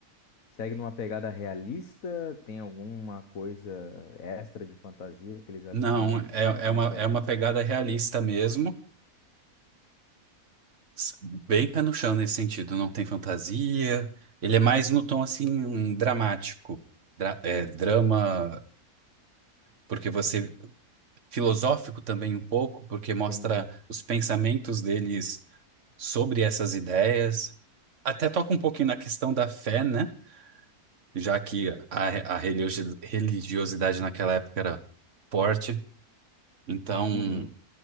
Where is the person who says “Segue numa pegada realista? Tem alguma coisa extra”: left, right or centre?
Left